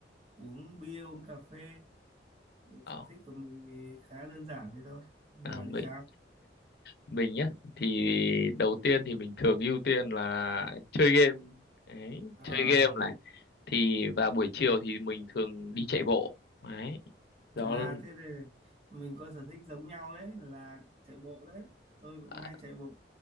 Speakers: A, on the right (about 35°); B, on the left (about 60°).
A: uống bia uống cà phê
B: Ờ,
A: sở thích của mình thì khá đơn giản thế thôi còn
B: à,
A: bạn
B: mình
A: thì sao
B: mình nhá, thì đầu tiên thì mình thường ưu tiên là chơi game. Đấy,
A: à,
B: chơi game này. Thì và buổi chiều thì mình thường đi chạy bộ. Đấy, đó
A: à thế thì mình có sở thích giống nhau đấy là chạy bộ đấy tôi cũng
B: à,
A: hay chạy bộ